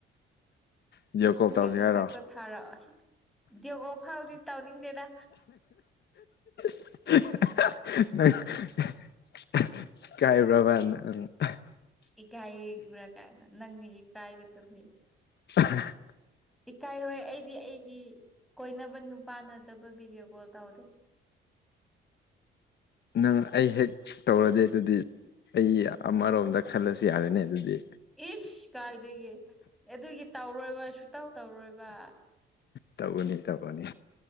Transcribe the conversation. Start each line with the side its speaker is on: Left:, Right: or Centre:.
Left: ꯚꯤꯗꯤꯑꯣ ꯀꯣꯜ
Centre: ꯅꯪꯒꯤ
Left: ꯇꯧꯁꯦ
Centre: ꯃꯁꯛꯇꯣ
Left: ꯍꯥꯏꯔꯣ
Centre: ꯊꯥꯔꯛꯑꯣ ꯗꯦꯒꯣ ꯐꯥꯎꯗꯤ ꯇꯧꯅꯤꯡꯗꯦꯗꯥ
Left: ꯍ ꯍ ꯍ ꯅꯪ ꯍ ꯏꯀꯥꯏꯕ꯭ꯔꯕ ꯅꯪ
Centre: ꯏꯀꯥꯏꯕ꯭ꯔ ꯀꯥꯏꯅ ꯅꯪꯅꯤ ꯏꯀꯥꯏꯒꯗꯕꯗꯤ
Left: ꯑꯍ
Centre: ꯏꯀꯥꯏꯔꯣꯏ ꯑꯩꯗꯤ ꯑꯩꯒꯤ ꯀꯣꯏꯅꯕ ꯅꯨꯄꯥꯥ ꯅꯠꯇꯕ ꯚꯤꯗꯤꯑꯣ ꯀꯣꯜ ꯇꯧꯗꯦ
Left: ꯅꯪ ꯑꯩ ꯍꯦꯛ ꯇꯧꯔꯗꯤ ꯑꯗꯨꯗꯤ ꯑꯩ ꯑꯃꯔꯣꯝꯗ ꯈꯜꯂꯁꯨ ꯌꯥꯔꯦꯅꯦ ꯑꯗꯨꯗꯤ
Centre: ꯏꯁ ꯀꯥꯏꯗꯒꯤ ꯑꯗꯨꯒꯤ ꯇꯧꯔꯣꯏꯕ ꯁꯨꯇꯧ ꯇꯧꯔꯣꯏꯕꯥ
Left: ꯇꯧꯒꯅꯤ ꯇꯧꯒꯅꯤ